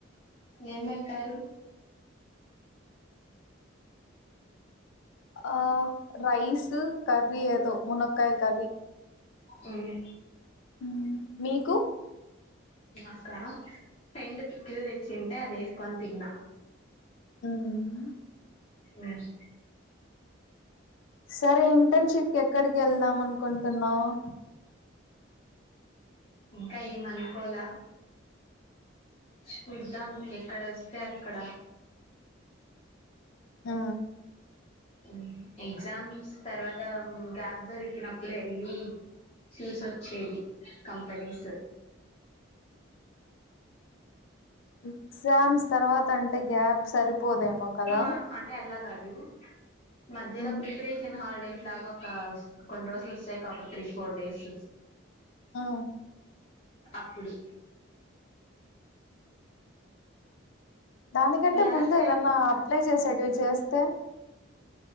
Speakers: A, on the left; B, on the left.
A: ఏం పెట్టారు
B: ఆ రైస్ కర్రీ ఏదో మునక్కయ్ కర్రీ
A: హ్మ్
B: హ్మ్ మీకు
A: నాకా ఫ్రెండ్ పిక్కిల్ తెచ్చింటే అది వేసుకొని తిన్నా.
B: హ్మ్ మ్మ్
A: మ్మ్
B: సరే ఇంటన్ షిప్ ఎక్కడికి వెళ్దాం అనుకుంటున్నావ్.
A: ఇంకా ఏమనుకోలా చూద్దాం ఎక్కడ వస్తే అక్కడ
B: ఆ
A: ఉమ్ ఎగ్జామ్స్ తర్వాత గ్యాప్ దొరికినప్పుడు వెళ్ళి చూస్ వచ్చేది కంపెనీస్
B: ఎక్జామ్స్ తర్వాత అంటే గ్యాప్ సరి పోదేమో కదా
A: ఆ అంటే అలా కాదు మధ్యలో
B: మ్మ్.
A: ప్రిపరేషన్ హాల్డేస్ ఇలాగ ఒక కొన్ని రోజులు వస్తాయి కాక ఒక త్రీ ఫోర్ డేస్
B: ఆ
A: అప్పుడు
B: దానికంటే
A: లాస్ట్
B: ముందే
A: టైం
B: ఏదన్నా
A: కూడా
B: అప్లై చేసేటివి చేస్తే